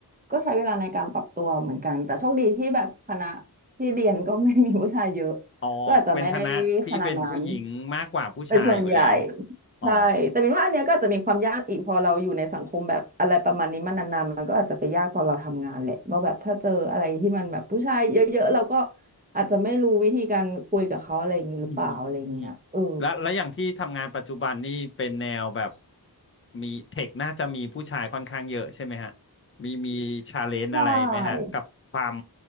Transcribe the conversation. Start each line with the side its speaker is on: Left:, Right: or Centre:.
Right: ก็ใช้เวลาในการปรับตัวเหมือนกันแต่โชคดีที่แบบคณะที่เรียนก็ไม่ได้มีผู้ชายเยอะ
Left: อ๋อเป็นคณะที่เป็นผู้หญิงมากกว่าผู้ชายอยู่แล้ว
Right: ก็อาจจะไม่ได้ขนาดนั้น เป็นส่วนใหญ่
Left: อ๋อ
Right: ใช่แต่มปนว่าอันเนี้ยก็อาจจะมีความยากอีกพอเราอยู่ในสังคมแบบอะไรประมาณนี้มานานๆมันก็อาจจะไปยากตอนเราทำงานแหละว่าแบบถ้าเจออะไรที่มันแบบผู้ชายเยอะๆเราก็อาจจะไม่รู้วิธีการคุยกับเขาอะไรอย่างนี้หรือเปล่าอะไรอย่างเงี้ยเออ
Left: อืมอืมแล้วแล้วอย่างที่ทำงานปัจจุบันนี่เป็นแนวแบบมีเทคน่าจะมีผู้ชายค่อนข้างเยอะใช่ไหมฮะมีมีชาเลนจ์อะไรไหมฮะกับความ
Right: ใช่